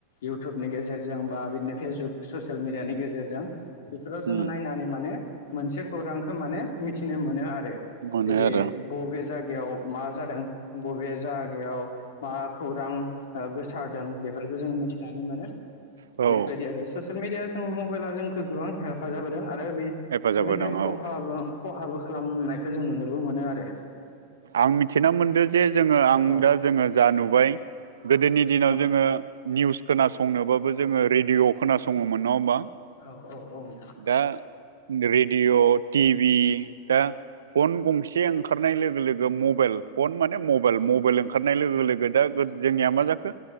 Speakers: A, on the left; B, on the right.
A: इउटुबनि गेजेरजों बा बिदि फेसबुक ससियेल मिडियानि गेजेरजों बेफोराव जोङो
B: उम
A: नायनानै माने मोनसे खौरांखौ माने मिथिनो मोनो आरो
B: मोनो
A: जेरै
B: आरो
A: बबे जाय जायगायाव मा जादों बबे जायगायाव मा खौरां गोसारदों बेफोर बेखौ जों मिन्थिनानै मोनो
B: औ
A: बेफोरबायदि ससियेल मिडिया जों मबाइला जोंखौ गोबां हेफाजाब होदों आरो बे
B: हेफाजाब
A: बेबायनो
B: होदों
A: खहाबो
B: औ
A: खहाबो खालामनायखौ जों नुनोबो मोनो आरो
B: आं मिथिना मोनदों जे जोङो आं
A: औ
B: दा जोङो जा नुबाय गोदोनि दिनाव
A: औ
B: जोङो निउस खोनासंनोबाबो जोङो रेडिय' खोनासङो मो नङा होनबा
A: औ औ औ नोंथां
B: दा रेडिअ' टिभि दा फन गंसे ओंखारनाय लोगो लोग गो मबाइल फन माने मबाइल, मबाइल ओंखारनाय लोगो लोगो दा जोंनिया मा जाखो